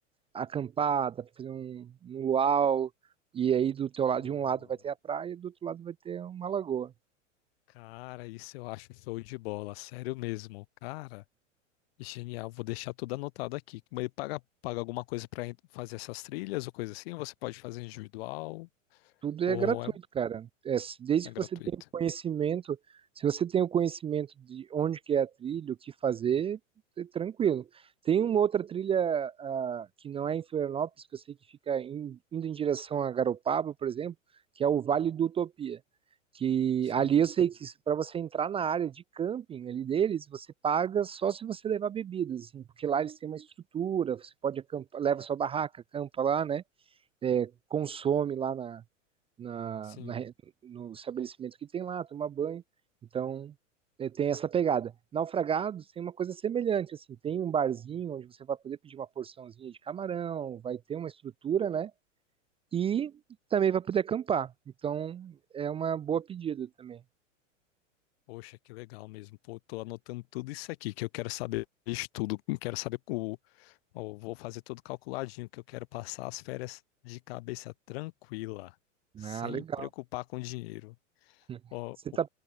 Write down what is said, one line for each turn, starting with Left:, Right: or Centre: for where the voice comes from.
Right: acampar, dá para fazer um, um luau, e aí do teu lado,
Left: Ô,
Right: de um lado vai ter a praia, do outro lado vai ter uma lagoa.
Left: cara, isso eu acho show de bola, sério mesmo. Cara, Genial, vou deixar tudo anotado aqui. Mas ele paga, paga alguma coisa para fazer essas trilhas ou coisa assim? Ou você pode fazer individual
Right: Tudo é
Left: ou
Right: gratuito,
Left: é,
Right: cara. É, se- desde
Left: é
Right: que
Left: gratuito?
Right: você tenha o conhecimento, se você tem o conhecimento de onde que é a trilha, o que fazer, é tranquilo. Tem uma outra trilha ah, que não é em Florianópolis, que eu sei que fica em- indo em direção a Garopaba, por exemplo, que é o Vale do Utopia. Que
Left: Sim,
Right: ali eu sei que para você entrar na área de camping ali deles, você paga só se você levar bebidas, assim, porque lá eles têm uma estrutura, você pode acampar, leva sua barraca, acampa lá, né? É, consome lá na na,
Left: sim.
Right: na no estabelecimento que tem lá, tomar banho. Então, é, tem essa pegada. Naufragados tem uma coisa semelhante, assim, tem um barzinho onde você vai poder pedir uma porçãozinha de camarão, vai ter uma estrutura, né? E também vai poder acampar. Então, é uma boa pedida também.
Left: Poxa, que legal mesmo. Pô, tô anotando tudo isso aqui que eu quero saber de tudo. Eu Quero saber o, ó, vou fazer tudo calculadinho que eu quero passar as férias de cabeça tranquila, sem
Right: Ah, legal.
Left: preocupar com dinheiro.
Right: <laughs>
Left: Ó,
Right: Você está